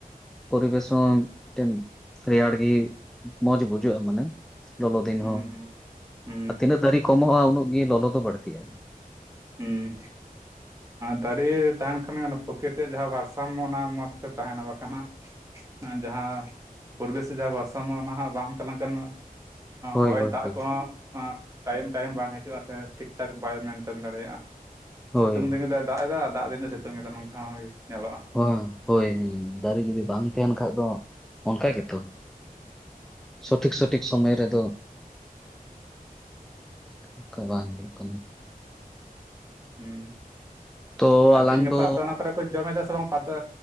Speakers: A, in the centre; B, on the right (about 20°).
A: ᱯᱚᱨᱤᱵᱮᱥ ᱦᱚᱸ ᱢᱤᱫᱴᱮᱱ ᱨᱮᱭᱟᱲ ᱜᱮ ᱢᱚᱸᱡᱽ ᱵᱩᱡᱷᱟᱹᱜᱼᱟ ᱢᱟᱱᱮ ᱞᱚᱞᱚ ᱫᱤᱱ
B: ᱦᱩᱸ
A: ᱦᱚᱸ
B: ᱦᱩᱸ ᱦᱩᱸ
A: ᱛᱤᱱᱟᱹᱜ ᱫᱟᱨᱮ ᱠᱚᱢᱚᱜᱼᱟ ᱩᱱᱟᱹᱜ ᱜᱮ ᱞᱚᱞᱚ ᱫᱚ ᱵᱟᱹᱲᱛᱤᱜᱼᱟ
B: ᱦᱩᱸ ᱫᱟᱨᱮ ᱛᱟᱦᱮᱱ ᱠᱷᱟᱱ ᱜᱮ ᱚᱱᱟ ᱯᱨᱚᱠᱤᱨᱤᱛᱤᱭᱟᱜ ᱡᱟᱦᱟᱸ ᱵᱷᱟᱨᱥᱟᱢ ᱚᱱᱟ ᱢᱚᱸᱡᱽ ᱛᱮ ᱛᱟᱦᱮᱱᱟ ᱵᱟᱝᱠᱷᱟᱱ ᱦᱟᱜ ᱡᱟᱦᱟᱸ ᱯᱚᱨᱤᱵᱮᱥ ᱥᱮ ᱡᱟᱦᱟᱸ ᱵᱷᱟᱨᱥᱟᱢᱚ ᱚᱱᱟ ᱦᱟᱜ ᱵᱟᱝ ᱛᱟᱞᱟᱝ ᱠᱷᱟᱱ
A: ᱦᱳᱭ
B: ᱦᱚᱭ
A: ᱦᱳᱭ
B: ᱫᱟᱜ
A: ᱦᱳᱭ
B: ᱠᱚᱦᱚᱸ ᱴᱟᱭᱤᱢ ᱴᱟᱭᱤᱢ ᱵᱟᱝ ᱦᱤᱡᱩᱜᱼᱟ ᱥᱮ ᱴᱷᱤᱠ ᱴᱷᱟᱠ ᱵᱟᱭ ᱢᱮᱱᱴᱮᱱ ᱫᱟᱲᱮᱭᱟᱜᱼᱟ
A: ᱦᱳᱭ
B: ᱥᱤᱛᱩᱝ ᱫᱤᱱᱮ ᱫᱟᱜ ᱮᱫᱟ ᱟᱨ ᱫᱟᱜ ᱫᱤᱱᱮ ᱥᱤᱛᱩᱝ ᱮᱟ ᱱᱚᱝᱠᱟ ᱦᱚᱸ ᱧᱮᱞᱚᱜᱼᱟ
A: ᱦᱮᱸ ᱦᱳᱭ ᱦᱮᱸ ᱫᱟᱨᱮ ᱡᱩᱚᱫᱤ ᱵᱟᱝ ᱛᱟᱦᱮᱟᱸᱱ ᱠᱷᱟᱡ ᱫᱚ ᱚᱱᱠᱟ ᱜᱮᱛᱚ ᱥᱚᱴᱷᱤᱠ ᱥᱚᱴᱷᱤᱠ ᱥᱚᱢᱚᱭ ᱨᱮᱫᱚ ᱚᱱᱠᱟ ᱵᱟᱝ ᱦᱩᱭᱩᱜ ᱠᱟᱱᱟ
B: ᱦᱩᱸ
A: ᱛᱚ
B: ᱟᱨ
A: ᱟᱞᱟᱝ
B: ᱛᱤᱦᱤᱧ ᱜᱟᱯᱟ
A: ᱫᱚ
B: ᱟᱯᱮ ᱚᱱᱟ ᱠᱚᱨᱮ ᱠᱚ ᱡᱚᱢᱮᱫᱟ ᱥᱮ ᱵᱟᱝ ᱯᱟᱛᱟ